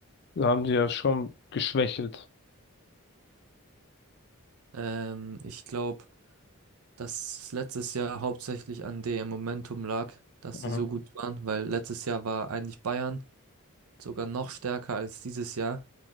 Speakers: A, on the left; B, on the right.
A: haben die ja schon geschwächelt.
B: Ähm, ich glaube, dass letztes Jahr hauptsächlich an dem Momentum lag, dass
A: Mhm.
B: sie so gut waren, weil letztes Jahr war eigentlich Bayern sogar noch stärker als dieses Jahr.